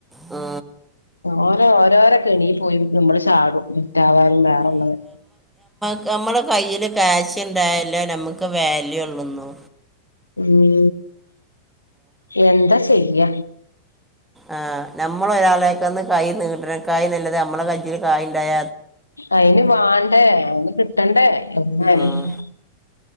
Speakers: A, in the centre; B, on the left.
A: ആ
B: ഓരോ ഓരോരോക്കെ കേണീ പോയിട്ട് നമ്മള് ചാടും വിറ്റാവാനും വേറെള്ളത്
A: നമ്മുടെ കയ്യിൽ കാശുണ്ടായല്ലോ നമുക്ക് വാല്യൂ ഉള്ളുന്നു
B: മ് എന്താ ചെയ്യ
A: ആ നമ്മള ഒരാളെക്കന്ന് കൈ നീട്ട് നെ കായ് നല്ലത് നമ്മളെ കഞ്ചിൽ കായ ഉണ്ടായ
B: അയിന് വാണ്ടേ അയിന് കിട്ടണ്ടേ <unintelligible>
A: ഉം